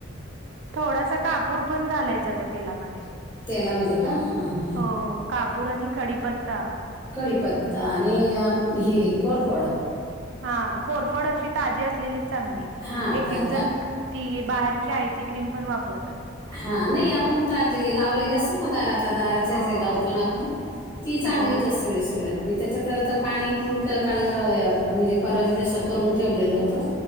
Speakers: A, on the right; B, on the left.
A: थोडासा कापूर पण घालायचा त्या तेलामध्ये
B: तेलामध्ये का हां हां
A: हो कापूर आणि खडीपत्ता
B: कडीीपत्ता आणि ही कोरफड
A: हा कोरफड अशी ताजी असलेली चांगली
B: हां
A: एक
B: ताजे
A: एक जण
B: आप
A: ती बाहेरची आहे ती क्रीम पण वापरतात
B: हा नाही आपण ताजे लावलेले असतात ना दारात दाराचे
A: हो
B: असे लावतो ना आपण ती चांगलीच
A: हो.
B: असते नाही सगळ्यात आणि त्याच्या तर आता पाणी पण काल म्हणजे परवा तसं करून ठेवलेलं होतं